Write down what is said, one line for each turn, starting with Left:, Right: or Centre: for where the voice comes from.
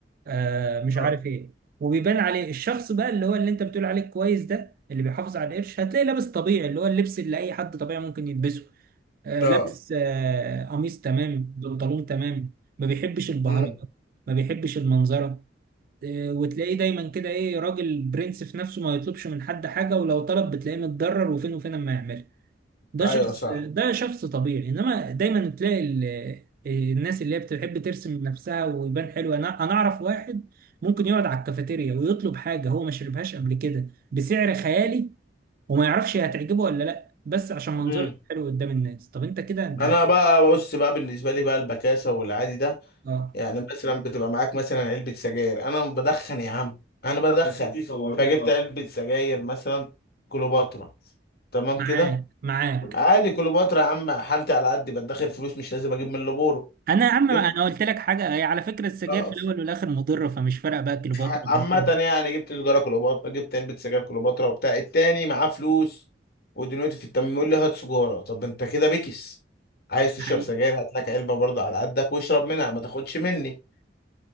Right: آه مش
Left: اه
Right: عارف ايه وبيبان عليه الشخص بقى اللي هو اللي انت بتقول عليه كويس ده اللي بيحافظ على القرش هتلاقيه لابس طبيعي اللي هو اللبس اللي اي حد طبيعي ممكن يلبسه آه،
Left: اه
Right: لابس آه، قميص تمام بنطلون تمام ما بيحبش البهرجه
Left: امم
Right: ما بيحبش المنظره آه، وتلاقيه دايما كده ايه راجل برنس في نفسه ما يطلبش من حد حاجه ولو طلب بتلاقيه متضرر وفين وفين اما يعملها ده
Left: ايوه
Right: شخص
Left: صح
Right: ده شخص طبيعي انما دايما تلاقي ال- آه، الناس اللي هي بتحب ترسم نفسها ويبان حلو انا انا اعرف واحد ممكن يقعد على الكافيتيريا ويطلب حاجه هو ما شربهاش قبل كده بسعر خيالي وما يعرفش هي هتعجبه ولا لا بس عشان منظره
Left: امم
Right: حلو قدام الناس طب انت كده انت
Left: انا بقى بص بقى بالنسبه لي بقى البكاسه والعادي ده
Right: اه
Left: يعني مثلا بتبقى معاك مثلا علبة سجاير انا بدخن يا عم انا يا بدخن فجبت علبة سجاير مثلا كليوباترا تمام
Right: معاك
Left: كده
Right: معاك
Left: عادي كليوباترا يا عم حالتي على قد بدخل فلوس مش لازم اجيب من لبورو
Right: انا يا عم
Left: جبت
Right: انا قلت لك حاجه هي على فكره السجاير
Left: آه،
Right: في الاول والاخر مضره فمش فارقه بقى كيلو بطر
Left: عامة
Right: ولا غيره
Left: يعني جبت سجارة كليوباترا جبت علبة سجاير كليوباترا وبتاع التاني معاه فلوس ودنيته في التمام يقول لي هات سجارة طب انت كده بكس عايز تشرب
Right: حقيقي
Left: سجاير هات لك علبة برضه على قدك واشرب منها ما تاخدش مني